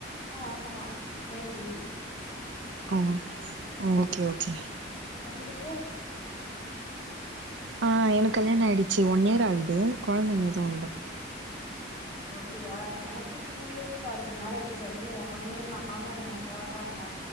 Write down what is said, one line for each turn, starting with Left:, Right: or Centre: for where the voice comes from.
Left: அ ஆமா மெய்ல் பேபி
Right: ஓ அ ஓகே ஓகே
Left: ஒங்குளுக்கு
Right: ஆ எனக்கு கல்யாண ஆயிடுச்சு ஒன் இயர் ஆகுது கொழந்தைங்க எதுவு இல்ல
Left: ஓ அப்டியா எனக்கு டூ இயர்ஸ் ஆகுது மேரேஜ் ஆகி ஒன் இயர் நானு இதா தா இருந்தே